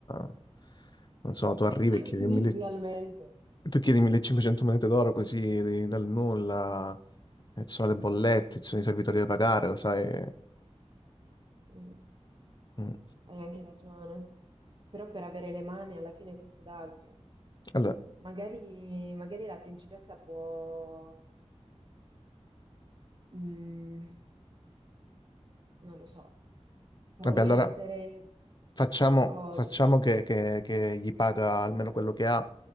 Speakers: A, on the left; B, on the right.
A: eh, Non so, tu arrivi
B: <laughs> Ma
A: e chiedi,
B: tendenzialmente.
A: mille- tu chiedi 1500 monete d'oro così di- dal nulla, e ci sono le bollette, ci sono i servitori da pagare, lo sai.
B: Mm,
A: Mm.
B: Hai anche ragione. Però per avere le mani alla fine questo d'altro.
A: Allora,
B: Magari, magari la principessa può, mm, non lo so, promettere
A: vabbè, allora facciamo,
B: qualcosa.
A: facciamo che, che- che gli paga almeno quello che ha,